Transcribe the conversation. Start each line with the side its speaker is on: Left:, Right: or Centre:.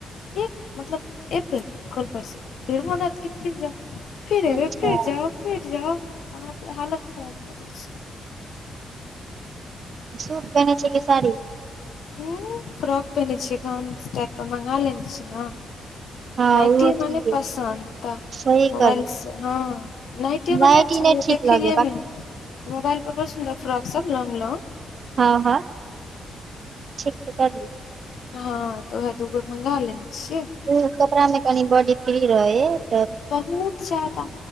Left: एक मतलब। एबै कअल पर से फिर मोन हेत की फिर जाउ फिर एबै
Right: अच्छा
Left: फिर जाउ। फीर जाउ बाप रे हालत खराब कऽ दै छैय।
Right: सूट पहिने छियै की साड़ी।
Left: उ फ्रॉक पेहेनने छियै गौनस टाइप के मंगा लेने छियै न।
Right: हँ
Left: नायटी
Right: ओहो
Left: हमरा
Right: ठीक
Left: नैय
Right: है
Left: पंसन्द त।
Right: सही
Left: मोबाइल
Right: करली
Left: से हँ नायटी हमरा
Right: नाइट
Left: नैय अच्छा
Right: ई नहि
Left: लग
Right: ठीक
Left: देखैये
Right: लगे ह
Left: मे नैय मोबाइल पर बड़ सुन्दर फ्रॉक सब लौंग लौंग
Right: हँ हँ ठीक त करलु।
Left: हँ तऽ वएह दूगो मंगा लेने छि
Right: उहा कपड़ा मे कनि बॉडी फ्री रहै है।
Left: बहुत जादा।